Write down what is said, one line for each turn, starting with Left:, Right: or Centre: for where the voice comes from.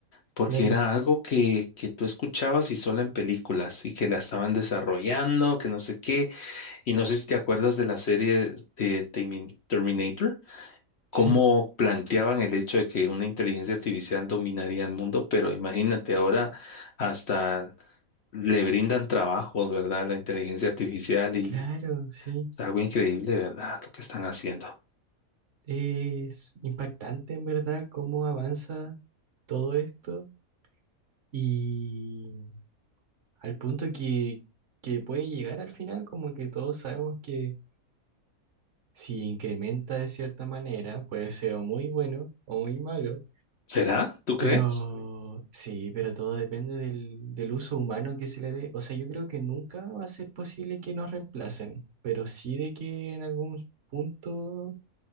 Left: Porque
Right: Claro,
Left: era algo que, que tú escuchabas y solo en películas y que la estaban desarrollando, que no sé qué, y no sé si te acuerdas de la serie de Termin- Terminator, cómo
Right: sí,
Left: planteaban el hecho de que una inteligencia artificial dominaría el mundo, pero imagínate ahora hasta le brindan trabajos, ¿verdad? La inteligencia artificial y
Right: claro, sí.
Left: es algo increíble, ¿verdad? Lo que están haciendo.
Right: Es impactante en verdad cómo avanza todo esto y al punto que, que puede llegar al final, como que todos sabemos que Si incrementa de cierta manera, puede ser o muy bueno o muy malo,
Left: ¿Será? ¿Tú crees?
Right: pero sí, pero todo depende del, del uso humano que se le dé. O sea, yo creo que nunca va a ser posible que nos reemplacen, pero sí de que en algún punto